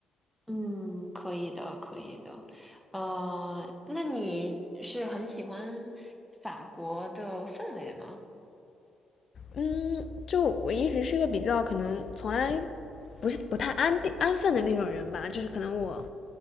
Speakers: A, in the centre; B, on the left (about 50°).
A: 嗯，可以的，可以的。呃，那你是很喜欢法国的氛围吗？
B: 嗯，就我一直是个比较可能从来不是不太安定安分的那种人吧，就是可能我